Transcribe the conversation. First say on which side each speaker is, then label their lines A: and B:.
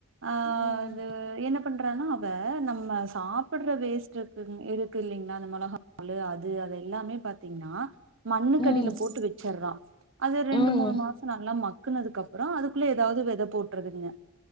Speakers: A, on the right; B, on the left.
A: ஆ
B: ம்
A: இது என்ன பண்றன்னா அவ நம்ம சாப்பட்ற வேஸ்ட் இருக்கு இருக்கு இல்லிங்களா அந்த மிளக தோலு அது அது எல்லாமே பாத்தீங்கன்னா மண்ணுக்கடியில
B: ம் ம்
A: போட்டு வச்சறான் அது ரெண்டு
B: ம்
A: மூணு மாசம் நல்லா மக் க்குனதுக்கு அப்பறம் அதுக்குள்ள ஏதாவது வித போட்டுறதுங்க